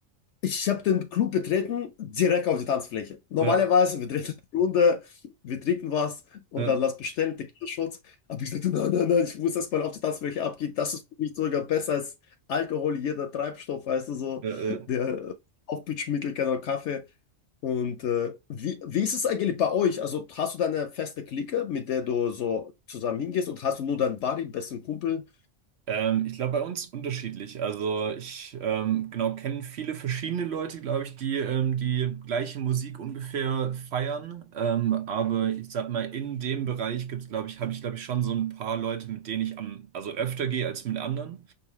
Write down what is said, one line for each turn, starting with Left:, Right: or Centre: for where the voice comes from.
Left: Ich habe den Club betreten, direkt auf die Tanzfläche. Normalerweise,
Right: ja,
Left: wir drehen eine Runde, wir trinken was und
Right: ja,
Left: dann lass bestellen, Tequila-Shots. Aber ich dachte, nein, nein, nein, ich muss erstmal auf die Tanzfläche abgehen. Das ist für mich sogar besser als Alkohol, jeder Treibstoff, weißt du, so
Right: ja, ja.
Left: der Aufputschmittel, kein Kaffee. Und äh, wie, wie ist es eigentlich bei euch? Also hast du deine feste Clique, mit der du so zusammen hingehst und hast du nur deinen Buddy, besten Kumpel,
Right: Ähm, ich glaube, bei uns unterschiedlich. Also ich ähm, genau kenne viele verschiedene Leute, glaube ich, die ähm, die gleiche Musik ungefähr feiern. Ähm, aber ich sag mal, in dem Bereich gibt's, glaube ich, habe ich, glaube ich, schon so ein paar Leute, mit denen ich am, also öfter gehe als mit anderen.